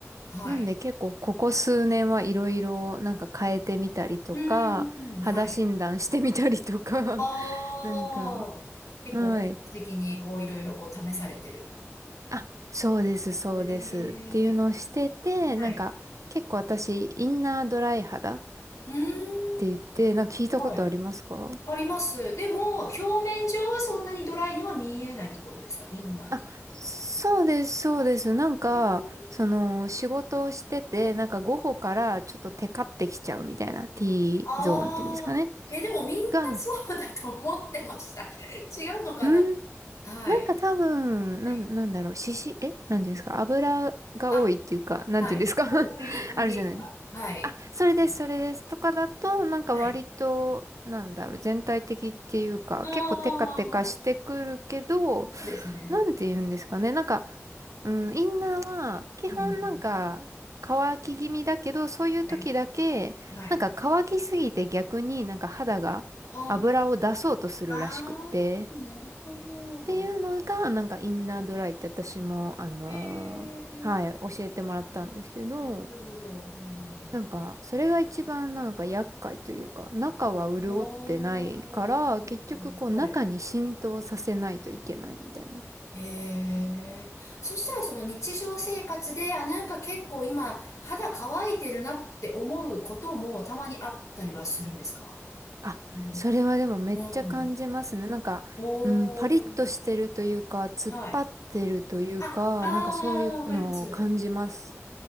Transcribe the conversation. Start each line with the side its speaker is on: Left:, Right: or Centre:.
Left: はい。
Right: なんで結構ここ数年はいろいろなんか変えてみたりとか、
Left: うん、うんはい。
Right: 肌診断してみたりとか、
Left: ああ、
Right: <laughs> なんか、
Left: 結構本格的にこういろいろこう試されてる。
Right: はい。あ、そうです、そうですっていうのをしてて、
Left: へえ、はい。
Right: なんか結構私、インナードライ肌っ
Left: うーん、
Right: て言って、なんか聞いたことありますか
Left: はい。あります。でも、表面上はそんなにドライには見えないってことですかインナーってこ
Right: あ、そうです、そうです。なんか、
Left: と。へー
Right: その、仕事をしてて、なんか午後からちょっとテカってきちゃうみたいな T ゾーンっていうんですかね。
Left: ああ、え、でもみんなそうだと思ってました。
Right: が、
Left: 違うのかな
Right: ん
Left: はい。
Right: なんか多分、
Left: はい。
Right: なん、なんだろう、しし、えなんていうんですか油が多いっていうか、
Left: あ、
Right: なんていうんですか
Left: はい。
Right: <laughs>
Left: お、おいり、おいりが。
Right: あるじゃない。
Left: はい。
Right: あ、それです、それです。とかだと、なんか割と、
Left: はい。
Right: なんだろう、全体的っていうか、
Left: ああ、
Right: 結構テカテカしてくるけど、
Left: そうですね。
Right: なんて言うんですかね。なんか、うん、インナーは、基本なんか、
Left: うん。
Right: 乾き気味だけど、そういう時だけ、
Left: はい。はい。
Right: なんか乾きすぎて逆になんか肌が油を出そうとするらしくって。
Left: ああ、ああ、なるほど。
Right: っていうのが、なんかインナードライって私も、あのーはい、
Left: ええ
Right: 教えてもらったんですけど、
Left: なるほど。うん、
Right: なんか、それが一番なんか厄介というか、中は潤ってないから、
Left: おー、
Right: 結局こう中に浸透させないといけないみたいな。
Left: はい。へえ。そしたらその日常生活で、あ、なんか結構今肌乾いてるなって思うこともたまにあったりはするんですか
Right: あ、
Left: うん。
Right: それはでもめっちゃ感じますね。
Left: うん。
Right: なんか、
Left: おー。
Right: うん、パリッとしてるというか、突っ張ってるというか、
Left: はい。あ、あー、
Right: なんかそういうのを感じます。
Left: わかります。